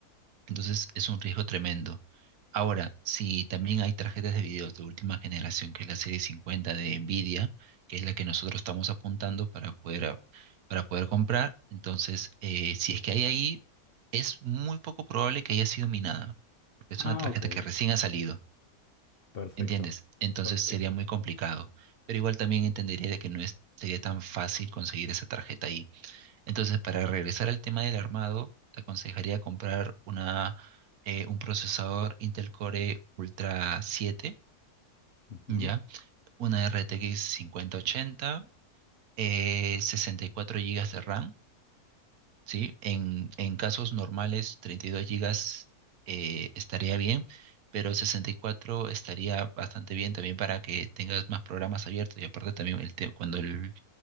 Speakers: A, on the right; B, on the left.
A: entonces es un riesgo tremendo. Ahora, si también hay tarjetas de video de última generación, que es la serie 50 de Nvidia, que es la que nosotros estamos apuntando para poder, a- para poder comprar, entonces eh, si es que hay ahí, es muy poco probable que haya sido minada, porque es
B: Ah,
A: una tarjeta
B: ok.
A: que recién ha salido,
B: Perfecto.
A: ¿entiendes? Entonces
B: Perfecto.
A: sería muy complicado, pero igual también entendería de que no es, sería tan fácil conseguir esa tarjeta ahí. Entonces, para regresar al tema del armado, te aconsejaría comprar una, eh, un procesador Intel Core Ultra 7,
B: Ujú.
A: ¿ya? Una RTX 5080, eh, 64 gigas de RAM, ¿sí? En, en casos normales, 32 gigas eh, estaría bien, pero 64 estaría bastante bien también para que tengas más programas abiertos y aparte también el te- cuando, el,